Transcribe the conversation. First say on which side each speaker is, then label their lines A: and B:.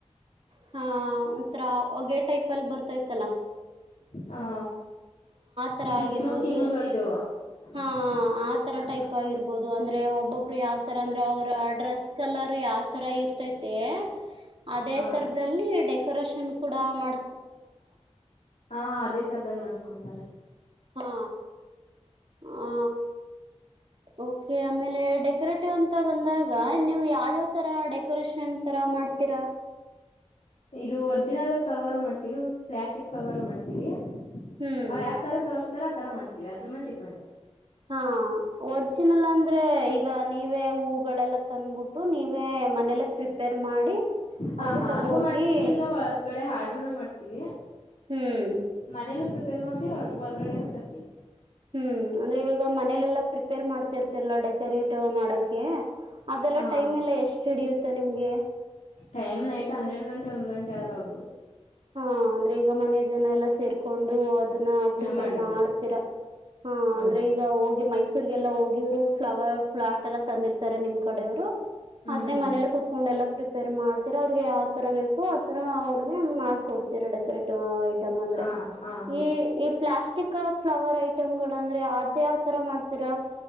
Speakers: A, on the right; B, on the left.
A: ಹಾ ಒಂಥರ ಹೊಗೆ ಟೈಪ್ ಅಲ್ಲಿ ಬರ್ತೈತ್ತಲ್ಲ.
B: ಹಾ
A: ತರ
B: ಇದು
A: ಆಗಿರ್ಬೋದು
B: ಸ್ಮೋಕಿಂಗ್ ಇದು ಹ
A: ಹಾ ಆತರ
B: ಹಾ
A: ಟೈಪ್ ಆಗಿರ್ಬೋದು ಅಂದ್ರೆ ಒಬ್ಬೊಬ್ರು ಯಾವತರ ಅಂದ್ರೆ ಅವ್ರ ಆ ಡ್ರೆಸ್ ಕ ಕಲರ್ ಯಾವ್ ತರ ಇರ್ತೈತೆ
B: ಹ
A: ಅದೇ ತರದಲ್ಲಿ ಡೆಕೋರೇಷನ್ ಕೂಡ ಮಾಡ
B: ಹಾ ಅದೇ ತರದದಲ್ಲಿ ಮಾಡಸ್ಕೊಂತಾರೆ.
A: ಹಾ ಹ್ಮ್ ಓಕೆ ಆಮೇಲೆ ಡೆಕೋರೇಟಿವ್ ಅಂತ ಬಂದಾಗ ನೀವು ಯಾವ್ಯಾವ್ ತರ ಡೆಕೋರೇಷನ್ ತರ ಮಾಡ್ತೀರಾ
B: ಇದು ಒರ್ಜಿನಲ್. ಫ್ಲವರು ಮಾಡ್ತೀವಿ ಪ್ಲಾಸ್ಟಿಕ್ ಫ್ಲವರು ಮಾಡ್ತೀವಿ
A: ಹ್ಮ್
B: ಅವ್ರು ಯಾವ್ ತರ ತೋರಿಸಸ್ತಾರೆ ತರ ಮಾಡ್ತೀವಿ ಅದ್ರ ಮೇಲೆ ಡಿಪೆಂಡ್.
A: ಹಾ ಒರ್ಜಿನಲ್ ಅಂದ್ರೆ ಈಗ ನೀ ನೀ ಹೂಗಳೆಲ್ಲ ತಂದಬಿಟ್ಟು ನೀವೇ ಮನೇಲೆ ಪ್ರಿಪೇರ್ ಮಾಡಿ
B: ಹ
A: ಅವ್ರಿಗೆ
B: ಹಾ
A: ತಕೋ
B: ಹಂಗು
A: ಹೋಗಿ
B: ಮಾಡ್ತೀವಿ ಇಲ್ಲ ಹೊರ್ಗಡೆ ಹಾಡರುೂನು ಮಾಡ್ತೀವಿ
A: ಹ್ಮ್
B: ಮ ಪೇರ್ ಮಾಡ್ತೀವಿ ಹೊರ್ಗಡೆನ ತರ್ತಿವಿ.
A: ಹ್ಮ್ ಅಂದ್ರೆ ಈವಾಗ ಮನೇಲೆಲ್ಲಾ ಪ್ರಿಪೇರ್ ಮಾಡ್ತಿರ್ತಿಲ್ಲಾ ಡೆಕೋರೇಟಿವ್ ಮಾಡಕ ಅದೆಲ್ಲ
B: ಹಾ
A: ಟೈಮ್ ಎಲ್ಲ ಎಷ್ಟು ಹಿಡಿಯುತ್ತೆ ನಿಮ್ಗೆ.
B: ಟೈಮ್ ನೈಟ್ ಹನ್ನೆರಡು ಗಂಟೆ ಒಂದ್ ಗಂಟೆ ಆದ್ರೂ ಆಗ್ಬಹದು.
A: ಹಾ ಅಂದ್ರೆ ಈಗ ಮನೆಯ ಜನ ಎಲ್ಲಾ ಸೇರ್ಕೊಂಡು ಅದನ್ನ ಪ್ರಿಪೇರ್
B: ಮಾಡೋದು
A: ಮಾಡ್ತೀರ ಹ
B: ಹೌದು
A: ಅಂದ್ರೆ ಈಗ ಹೋಗಿ ಮೈಸೂ ಮೈಸೂರ್ ಹೋಗಿ ಹೋಗಿವ ಫ್ಲವರ್ ಫ್ಟ್ ಎಲ್ಲ ತಂದಿರ್ತಾರೆ ನಿಮ್ ಕಡೆೆಯವ್ರು
B: ಹ್ಮ್
A: ಅದ್ ಮೇಲೆ ಕುೂತ್ಕೊಂಡ ಎಲ್ಲಾ ಪ್ರಿಪೇರ್ ಮಾಡ್ತರ ಅವ್ರಿಗೆ ಯಾವ್ ತರ ಬ ಆಥರ ಅವ್ರಿಗೆ ಹಂಗ್ ಮಾಡ್ಕೊಡ್ತೀರಾ ಡೆಕೋರೇಟಿವ್ ಐ ಅಂದ್ರೆ
B: ಹ ಹಾ ಹೌದು
A: ಈ ಈ ಪ್ಲಾಸ್ಟಿಕ್ ಫ್ಲವರ್ ಐಟಮ್ ಗಳು ಅಂದ್ರೆ ಆದ ಯಾವ ತರ ಮಾಡ್ತೀರಾ